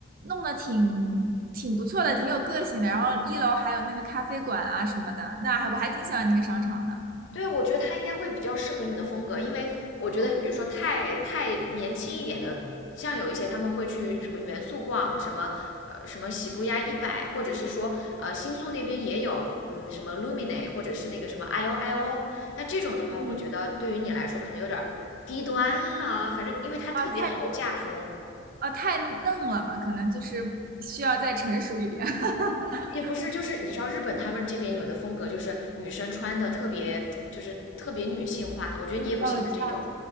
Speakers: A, on the right (about 45°); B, on the left (about 70°).
A: 弄得挺挺不错的，挺有个性的。然后一楼还有那个咖啡馆啊什么的，那还我还挺喜欢那个商场的。
B: 对，我觉得他应该会比较适合你的风格，因为我觉得，
A: 嗯
B: 比如说太太年轻一点的，像有一些他们会去什么元素逛，什么呃什么喜布亚一百，或者是说呃新宿那边也有，嗯，什么 Lumine，或者是那个什么 I O I O，那这种的话，
A: 嗯
B: 我觉得对于你来说可能有点儿低端了，反正因为它特别好嫁风。
A: 啊，太啊太嫩了嘛，可能就是需要再成熟一点。<laughs>
B: 也不是，就是你知道日本他们这边有的风格，就是女生穿的特别，就是特别女性化。我觉得你也不喜欢这种，
A: 哦，我知道。